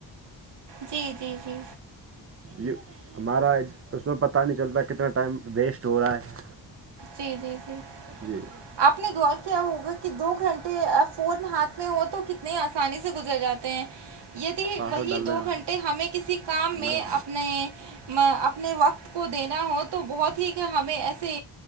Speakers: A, on the right; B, on the right.
A: جی جی جی
B: یے ہمارا اس میں پتہ نہیں چلتا کتنا ٹائم ویسٹ ہو رہا ہے
A: جی جی جی
B: جی
A: آپ نے غور کیا ہوگا کی دو گھنٹے فون ہاتھ میں ہو تو کتنے آسانی سے گزر جات تے ہیں یدی
B: پاسورڈ
A: وہی
B: ڈال رہے
A: دو
B: ہیں
A: گھنٹے ہمیں کسی کام میں
B: ہم
A: اپنے میں اپنے وقت کو دینا ہو تو بہت ہی ہمیں ایسے